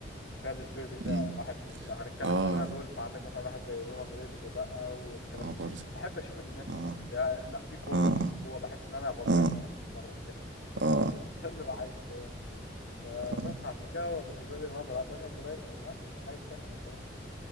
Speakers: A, on the left; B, on the right.
A: كفايه السبير بتاعه
B: مم.
A: واحد لو هنتكلم
B: اه
A: بره دول فعندك مثلا واحد زي رومان رينز بقى والكلام
B: اه
A: ده
B: برضه
A: بحب اشوف الناس
B: اه
A: دي لا لا في قوه
B: اه
A: في قوه بحس ان انا بتضرب
B: اه
A: وأنا بتفرج كده
B: اه
A: <laughs> ده اللي بحبه يعني. فبس
B: اه
A: عشان كده هو بالنسبه لي رابع لا دانيال براين كان لا مش محتاج اتكلم الصراحه